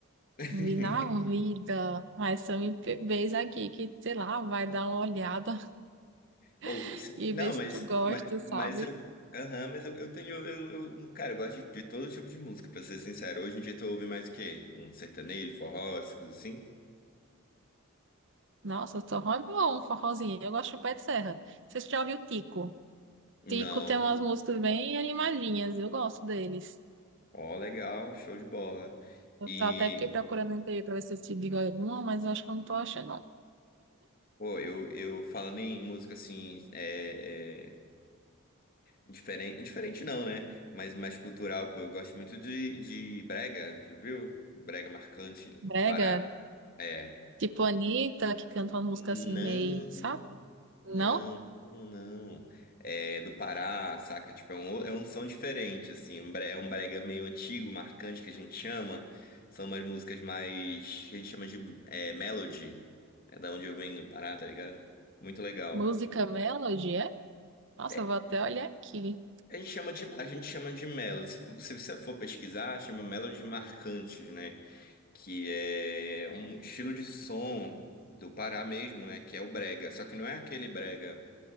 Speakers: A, on the left (about 45°); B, on the right (about 55°).
A: <laughs>
B: vi na vida. Mas são MPBs aqui que, sei lá, vai dar uma olhada
A: Ou,
B: <laughs>
A: se-
B: e
A: não,
B: ver
A: mas,
B: se tu gosta,
A: mas, mas
B: sabe?
A: eu. Aham, mas eu, eu tenho. Eu, eu- cara, eu gosto de, de todo tipo de música, pra ser sincero. Hoje em dia tu ouve mais o quê? Um sertanejo, forró, essas coisas assim?
B: Nossa, forró é bom, um forrozinho. Eu gosto do Pé de Serra. Vocês já ouviu Tico?
A: Não.
B: Tico tem umas músicas bem animadinhas, eu gosto deles.
A: Ó, legal, show de bola.
B: Eu
A: E,
B: tô até aqui procurando no interior pra ver se eu te digo alguma, mas eu acho que eu não tô achando, não.
A: pô, eu, eu falando em música assim, é, é, Diferente, diferente não, né? Mas mais cultural, pô. Eu gosto muito de, de brega, já viu? Brega marcante,
B: Brega
A: Pará. É.
B: Tipo Anitta, que canta umas músicas
A: Não,
B: assim meio, sabe?
A: não,
B: Não?
A: não, não. É do Pará, saca? Tipo, é um, ou- é um som diferente, assim. Um bre- É um brega meio antigo, marcante, que a gente chama. São umas músicas mais... que a gente chama de é, melody. É da onde eu venho, do Pará, tá ligado? Muito legal.
B: Música Melody, é? Nossa,
A: É,
B: eu vou até olhar aqui.
A: A gente chama de, a gente chama de melody. Se for- se você for pesquisar, chama melody marcantes, né? Que é um estilo de som do Pará mesmo, né? Que é o brega. Só que não é aquele brega